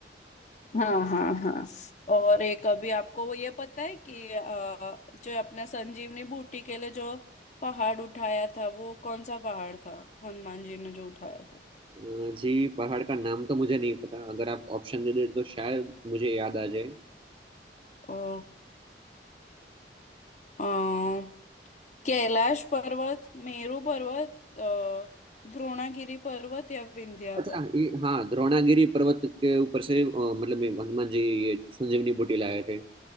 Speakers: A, on the left; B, on the right.
A: हाँ हाँ हाँ और एक अभी आपको वो ये पता है कि अ, जो अपना संजीवनी बूटी के लिए जो पहाड़ उठाया था वो कौन सा पहाड़ था हनुमान जी ने जो उठाया था
B: अ, जी पहाड़ का नाम तो मुझे नहीं पता अगर आप ऑप्शन दे दे तो शायद मुझे याद आ जाए
A: ओके अ, कैलाश पर्वत मेरू पर्वत अ, द्रोणागिरी पर्वत या विंध्या
B: अच्छा ये हाँ द्रोणागिरी पर्वत के ऊपर से अ, मतलब ये हनुमान जी ये संजीवनी बूटी लाए थे